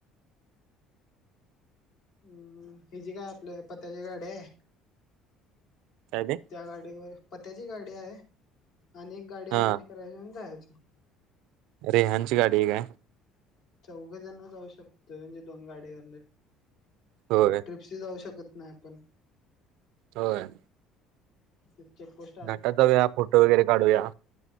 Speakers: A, on the left; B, on the right.
A: हम्म हि जी काय आपल्या पत्याची गाड आहे.
B: अदी
A: त्या गाडीवर पत्याची गाडी आहे आणि एक गाडी अरेंज
B: हा
A: करायची जायचं.
B: अरे हंच गाड हग
A: चौघजण जाऊ शकतोय म्हणजे दोन गाड्या
B: हो.
A: ट्रिपशी जाऊ शकत नाही आपण
B: होय.
A: <unintelligible>
B: घाटात जाऊया फोटो वगैरे काढूया.